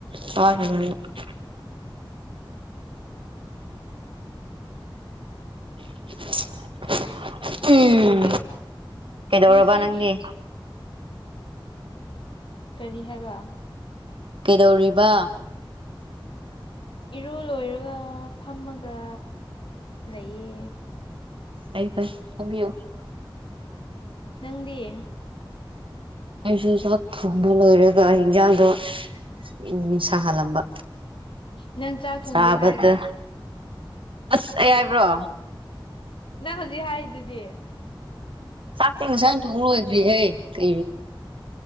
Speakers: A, on the right (about 80°); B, on the left (about 75°).
A: ꯇ <unintelligible> <inaudible> <unintelligible> <inaudible> ꯎꯝ
B: ꯀꯩ
A: ꯀꯩꯗꯧꯔꯕ
B: ꯉꯁꯤꯗꯤ
A: ꯅꯪꯒꯤ
B: ꯀꯔꯤ ꯍꯥꯏꯕ
A: ꯀꯩꯗꯧꯔꯤꯕ
B: ꯏꯔꯨ ꯂꯣꯏꯔꯒ ꯐꯝꯃꯒ ꯂꯩꯌꯦ
A: ꯑꯩ ꯐꯥꯏ ꯊꯪꯕꯤꯌꯣ
B: ꯅꯪꯗꯤꯌꯦ
A: ꯑꯩꯁꯨ ꯆꯥꯛ ꯊꯣꯡꯕ ꯂꯣꯏꯔꯒ ꯑꯩ ꯌꯦꯟꯖꯥꯡꯗꯣ ꯎ ꯁꯥꯍꯜꯂꯝꯕ
B: ꯅꯪ ꯆꯥꯛ ꯊꯣꯡꯗꯦ
A: ꯆꯥꯕꯗ
B: ꯍꯥꯏꯔꯒ
A: ꯑꯁ ꯑꯦ ꯍꯥꯏꯕ꯭ꯔꯣ
B: ꯅꯪ ꯍꯧꯖꯤꯛ ꯍꯥꯏꯔꯤꯗꯨꯗꯤ
A: ꯁꯥꯇ ꯁꯥꯏꯟꯇ ꯃꯣꯏꯗꯔꯤ ꯍꯦ ꯀ